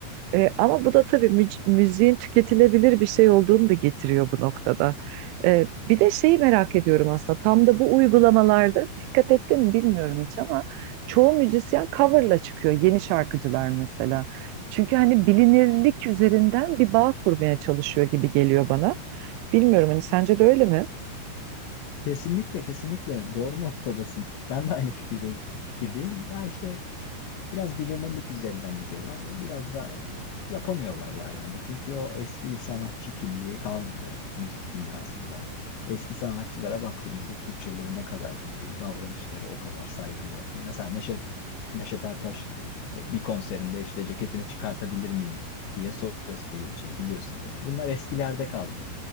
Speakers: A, on the right; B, on the left.
A: E, ama bu da tabii müc- müziğin tüketilebilir bir şey olduğunu da getiriyor bu noktada. E, bir de şeyi merak ediyorum aslında tam da bu uygulamalarda dikkat ettin mi bilmiyorum hiç ama çoğu müzisyen coverla çıkıyor yeni şarkıcılar mesela. Çünkü hani bilinirlik üzerinden bir bağ kurmaya çalışıyor gibi geliyor bana. Bilmiyorum hani sence de öyle mi?
B: Kesinlikle kesinlikle doğru noktadasın. Ben de aynı fikirde fikirdeyim. Ya işte Biraz bilinirlik üzerinden gidiyorlar. Biraz da e, yapamıyorlar ya bence. Çünkü o eski sanatçı kimliği kalmadı müzik dünyasında. Eski sanatçılara baktığımızda Türkçeleri ne kadar düzgün, davranışları o kadar saygılı. Mesela Neşet, Neşet Ertaş e, bir konserinde işte ceketimi çıkartabilir miyim diye soruyor seyirciye biliyorsundur. Bunlar eskilerde kaldı.